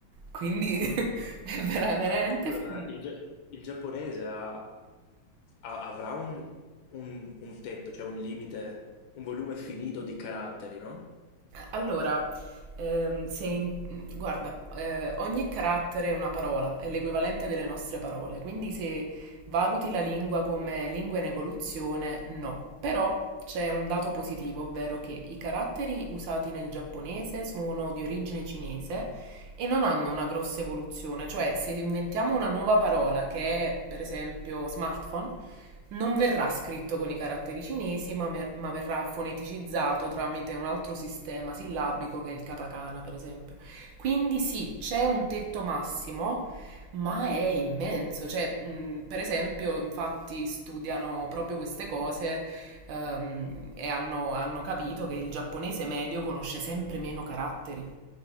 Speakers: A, on the right; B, on the left.
A: Quindi <laughs> è veramente...
B: Scusa,
A: fu-
B: ma il, gia- il giapponese ha- ha- avrà un, un- un tetto, cioè un limite, un volume finito di caratteri, no?
A: Allora, ehm, se in- guarda, eh, ogni carattere è una parola, è l'equivalente delle nostre parole, quindi se valuti la lingua come lingua in evoluzione, no. Però c'è un dato positivo, ovvero che i caratteri usati nel giapponese sono di origine cinese e non hanno una grossa evoluzione, cioè se inventiamo una nuova parola che è per esempio smartphone, non verrà scritto con i caratteri cinesi, ma, mer- ma verrà foneticizzato tramite un altro sistema sillabico che è il katakana, per esempio. Quindi sì, c'è un tetto massimo, ma è immenso. Cioè, mh, per esempio, infatti studiano proprio queste cose, ehm, e hanno hanno capito che il giapponese medio conosce sempre meno caratteri